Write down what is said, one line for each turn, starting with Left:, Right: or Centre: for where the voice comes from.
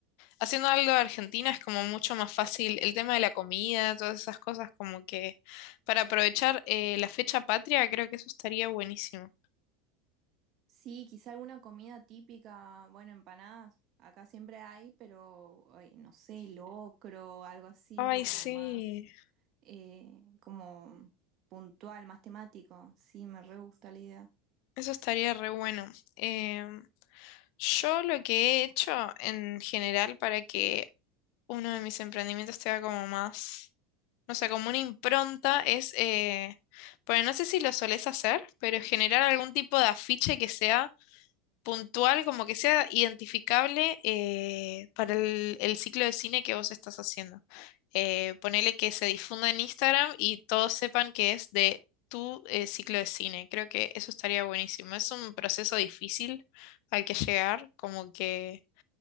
Left: haciendo algo de Argentina es como mucho más fácil el tema de la comida, todas esas cosas, como que para aprovechar eh, la fecha patria, creo que eso estaría buenísimo.
Right: Sí, quizá alguna comida típica, bueno, empanadas, acá siempre hay, pero ay, no sé, locro, algo así
Left: Ay,
Right: como
Left: sí,
Right: más, eh, como puntual, más temático. Sí, me re gusta la idea.
Left: eso estaría re bueno. Em, yo lo que he hecho en general para que uno de mis emprendimientos tenga como más... O sea, como una impronta es, eh, bueno, no sé si lo solés hacer, pero generar algún tipo de afiche que sea puntual, como que sea identificable eh, para el, el ciclo de cine que vos estás haciendo. Eh, ponele que se difunda en Instagram y todos sepan que es de tu eh, ciclo de cine. Creo que eso estaría buenísimo. Es un proceso difícil al que llegar, como que